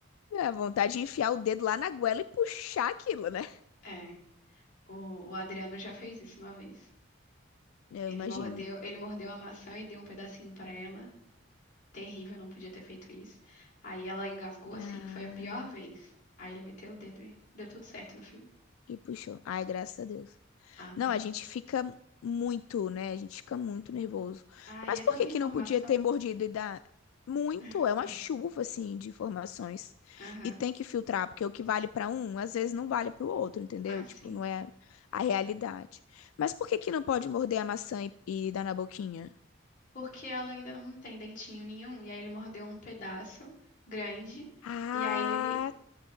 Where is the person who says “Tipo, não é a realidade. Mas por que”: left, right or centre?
Left